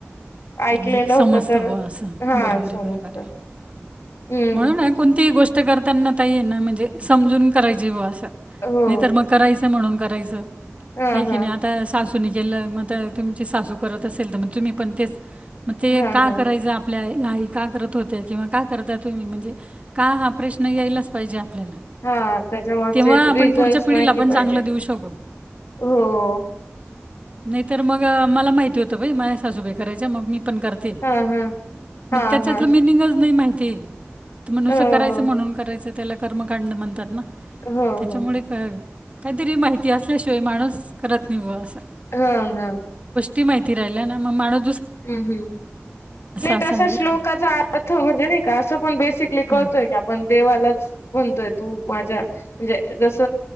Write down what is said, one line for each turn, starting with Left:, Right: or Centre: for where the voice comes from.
Left: ऐकलेलं
Right: म्हणजे एक समजत
Left: होत तर
Right: बुआ अस
Left: हा
Right: बरबर
Left: समजत
Right: ये बर बर ये.
Left: हम्म
Right: म्हणून नं कोणतीही गोष्ट करताना ताई ये ना म्हणजे समजून करायची बुआ असं
Left: हो
Right: नाही तर मग करायच म्हणून करायचं
Left: हा
Right: हे की
Left: हा
Right: नाही आता सासू नी केल म आता तुमची सासू करत असेल तर म तुम्ही पण तेच म ते
Left: हा
Right: का
Left: हा
Right: करायचं आपल्या आई का करत होत्या किंवा का करता तुम्ही म्हणजे का हा प्रश्न यायलाच पाहिजे आपल्याला
Left: हा त्याच्या मागचे
Right: तेव्हा आपण
Left: रीजन्स
Right: पुढच्या पिढीला
Left: माहिती
Right: पण
Left: पाहिजे.
Right: चांगलं देऊ शकू
Left: हो
Right: नाही तर मग मला माहिती होतं बाई. माझ्या सासूबाई करायच्या मग मी पण करते.
Left: हा हा
Right: मग
Left: हा
Right: त्याच्यातलं
Left: हा
Right: मिनिंगच नाही माहिती. तर म्हणुसं
Left: हो
Right: करायचं म्हणून करायचं, त्याला कर्मकांड म्हणतात ना.
Left: हो
Right: त्याच्यामुळे
Left: हो
Right: क काहीतरी माहिती असल्याशिवाय माणूस करत नाही बवा असं.
Left: ह ह
Right: ती माहिती राहिल्या ना मग माणू
Left: हम्म हम्म नाही
Right: असं
Left: तसा
Right: आहे बरं
Left: श्लोकाचा
Right: का.
Left: अर्थ म्हणजे नाही का असं पण बेसिकली करतोय
Right: हं.
Left: की आपण देवालाच म्हणतोय तू माझ्या म्हणजे जस